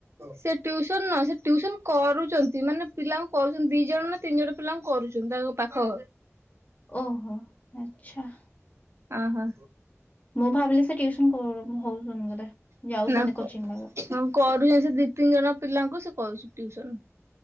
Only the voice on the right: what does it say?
ସେ ଟୁସନ ନ ସେ ଟୁସନ କରୁଛନ୍ତି ମାନେ ପିଲାଙ୍କୁ କରୁଛନ୍ତି ଦି ଜଣ ନା ତିନି ଜଣ ପିଲାଙ୍କୁ କରୁଛନ୍ତି ତାଙ୍କ ପାଖ
ଅ ହୋ।
ନା
କରୁଛନ୍ତି
ସେ ଦି ତିନି ଜଣ ପିଲାଙ୍କୁ ସେ